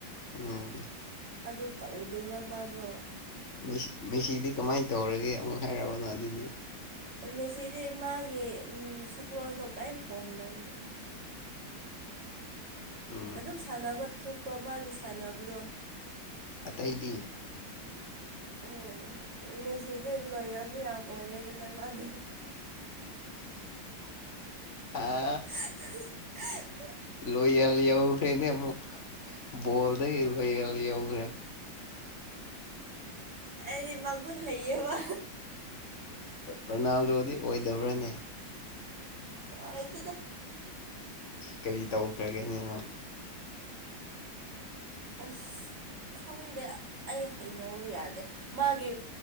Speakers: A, on the left; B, on the right.
A: ꯎꯝ
B: ꯑꯗꯣ ꯇꯧꯗꯦꯕ ꯃꯥꯗꯣ
A: ꯁꯤ ꯃꯤꯦꯁꯤꯗꯤ ꯀꯃꯥꯏꯅ ꯇꯧꯔꯒꯦ ꯑꯃꯨꯛ ꯍꯥꯏꯛꯔꯕꯅꯣ ꯑꯗꯨꯗꯤ
B: ꯃꯦꯁꯤꯗꯤ ꯃꯥꯒꯤ ꯁꯛꯂꯣꯟꯗꯣ ꯀꯔꯤꯝ ꯍꯣꯡꯗꯕꯅꯣ
A: ꯎꯝ
B: ꯑꯗꯨꯝ ꯁꯥꯟꯅꯕ ꯊꯣꯛꯄ ꯃꯥꯒꯤ ꯁꯥꯟꯅꯕꯗꯣ
A: ꯑꯇꯩꯗꯤ
B: ꯎꯝ ꯃꯁꯤꯗꯤ ꯂꯁꯤ ꯌꯥꯝ ꯑꯣꯏꯌꯦ ꯅꯗꯤ
A: ꯑ
B: <inaudible>
A: ꯂꯣꯌꯦꯜ ꯌꯧꯈ꯭ꯔꯦꯅꯦ ꯑꯃꯨꯛ ꯕꯣꯜꯗꯒꯤ ꯂꯣꯌꯦꯜ ꯌꯧꯈ꯭ꯔꯦ
B: ꯑꯩꯗꯤ ꯃꯒꯨꯟ ꯂꯩꯌꯦꯕ
A: ꯔꯣꯅꯥꯜꯗꯣꯗꯤ ꯑꯣꯏꯗꯕ꯭ꯔꯥꯅꯦ
B: ꯑ ꯏꯗꯤꯗ
A: ꯀꯔꯤ ꯇꯧꯈ꯭ꯔꯒꯦꯅꯦꯃ
B: ꯑꯁ ꯈꯪꯗꯦ ꯑꯩ ꯍꯩꯅꯧ ꯌꯥꯗꯦ ꯃꯥꯒꯤ